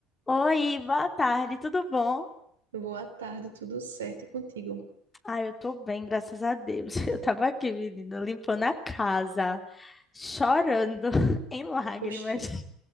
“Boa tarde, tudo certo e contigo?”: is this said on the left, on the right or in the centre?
Right